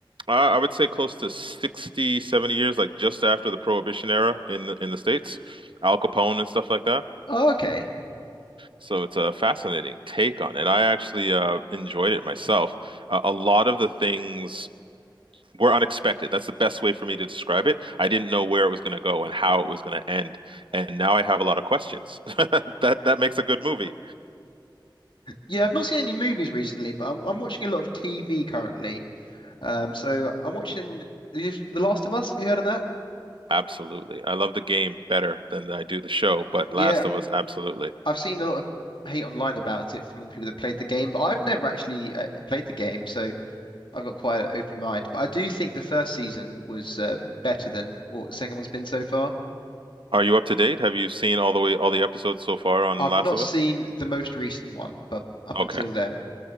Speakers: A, on the right; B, on the left.
A: Uh, I would say close to 60, 70 years, like just after the Prohibition era in the in the States, Al Capone and stuff like that.
B: Oh, okay.
A: So it's a fascinating take on it. I actually uh, enjoyed it myself. Uh, a lot of the things were unexpected. That's the best way for me to describe it. I didn't know where it was going to go and how it was going to end, and now I have a lot of questions. <laughs> That that makes a good movie.
B: Yeah, I've not seen any movies recently, but I'm I'm watching a lot of TV currently. Um, so I'm watching The The Last of Us. Have you heard of that?
A: Absolutely. I love the game better than I do the show, but Last
B: Yeah,
A: of Us, absolutely.
B: I've seen a lot of hate online about it from people that played the game, but I've never actually uh, played the game, so I've got quite an open mind, but I do think the first season was uh, better than what the second one's been so far.
A: Are you up to date? Have you seen all the way all the episodes so far on
B: I've
A: Last
B: not
A: of
B: seen
A: Us?
B: the most recent one, but up
A: Okay.
B: until then,